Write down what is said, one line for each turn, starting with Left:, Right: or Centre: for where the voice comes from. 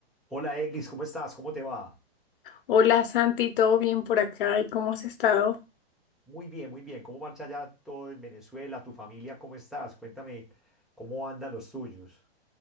Centre: Hola Eglis, ¿cómo estás? ¿Cómo te va?
Left: Hola Santi, ¿todo bien por acá? ¿Y cómo has estado?
Centre: Muy bien, muy bien. ¿Cómo marcha ya todo en Venezuela? ¿Tu familia cómo estás? Cuéntame cómo andan los tuyos.